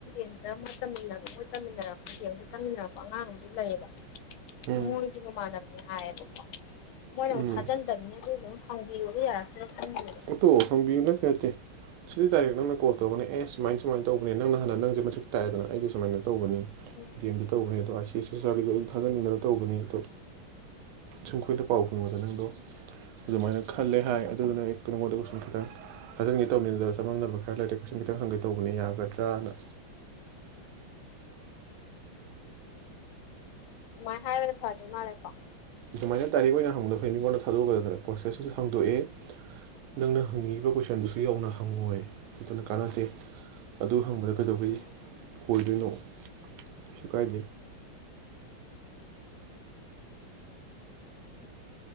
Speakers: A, on the left; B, on the right.
A: ꯑꯉꯥꯡ <unintelligible> ꯑꯃ ꯇꯟꯅꯕ ꯃꯣꯏ ꯇꯃꯤꯟꯅꯔꯛꯄ ꯗꯤ ꯑꯝ ꯇꯃꯤꯟꯅꯔꯛꯄ ꯑꯉꯥꯡ ꯑꯃꯗꯤ ꯂꯩꯌꯦꯕ
B: ꯎꯝ
A: ꯃꯣꯏꯒꯤ ꯃꯃꯥꯟꯅꯕꯅꯦ ꯍꯥꯏꯌꯦꯕꯀꯣ ꯃꯣꯏꯅ ꯑꯃꯨꯛ
B: ꯎꯝ
A: ꯊꯥꯖꯟꯗꯝꯅꯤꯅ ꯑꯗꯨꯒꯤ ꯑꯃꯨꯛ ꯍꯪꯕꯤꯌꯣꯗꯣ ꯌꯥꯔꯛꯇꯔꯥ <unintelligible>
B: <unintelligible> ꯁꯤꯗꯤ ꯗꯥꯏꯔꯦꯛ ꯅꯪꯅ ꯀꯣꯜ ꯇꯧꯕꯅꯦ ꯑꯦ ꯁꯨꯃꯥꯏꯅ ꯁꯨꯃꯥꯏꯅ ꯇꯧꯕꯅꯦ ꯅꯪꯅ ꯍꯥꯟꯅ ꯅꯪꯁꯦ ꯃꯁꯛ ꯇꯥꯛꯌꯦꯗꯅ ꯑꯩꯁꯦ ꯁꯨꯃꯥꯏꯅ ꯇꯧꯕꯅꯤ
A: ꯎꯝ
B: ꯗꯤ ꯑꯦꯝꯗ ꯇꯧꯕꯅꯦ ꯑꯗꯣ ꯑꯥꯏ ꯁꯤ ꯑꯦꯁ ꯑꯦꯁ ꯑꯥꯔꯒꯤꯗꯣ ꯑꯩꯩꯅ ꯊꯥꯖꯟꯅꯤꯡꯗꯅ ꯇꯧꯕꯅꯤ ꯑꯗꯣ ꯁꯨꯝ ꯈꯣꯏꯅ ꯄꯥꯎ ꯐꯪꯕꯗ ꯅꯪꯗꯣ ꯑꯗꯨꯃꯥꯏꯅ ꯈꯜꯂꯦ ꯍꯥꯏ ꯑꯗꯨꯗꯨꯅ ꯅꯉꯣꯟꯗ ꯀꯣꯏꯁꯟ ꯈꯤꯇꯪ ꯍꯥꯢꯔꯝꯒꯦ ꯇꯧꯕꯅꯤꯗꯨꯗ ꯆꯃꯝꯅꯕ ꯈꯔ ꯂꯩꯔꯦ ꯀꯣꯏꯁꯟ ꯈꯤꯇꯪ ꯍꯪꯒꯦ ꯇꯧꯕꯅꯤ ꯌꯥꯒꯗ꯭ꯔꯅ
A: ꯑꯗꯨꯃꯥꯢ ꯍꯥꯏꯕꯅ ꯐꯗꯣꯏ ꯃꯥꯜꯂꯦꯀꯣ
B: ꯑꯗꯨꯃꯥꯏꯅ ꯇꯥꯏꯔꯤꯛ ꯑꯣꯏꯅ ꯍꯪꯕꯗ ꯑꯩ ꯃꯤꯉꯣꯟꯗ ꯊꯥꯗꯣꯛꯑ ꯄ꯭ꯔꯣꯁꯦꯁꯁꯨ ꯍꯥꯡꯗꯣꯛꯑꯦ ꯅꯪꯅ ꯍꯪꯅꯤꯡꯉꯤꯕ ꯀꯣꯏꯁꯟꯗꯨꯁꯨ ꯌꯧꯅ ꯍꯪꯉꯣꯏ ꯑꯗꯨꯅ ꯀꯥꯟꯅꯗꯦ ꯑꯗꯨ ꯍꯪꯕꯗ ꯀꯩꯗꯧꯕꯩ
A: ꯎꯝ
B: ꯀꯣꯏꯗꯣꯏꯅꯣ ꯀꯩꯁꯨ ꯀꯥꯏꯗꯦ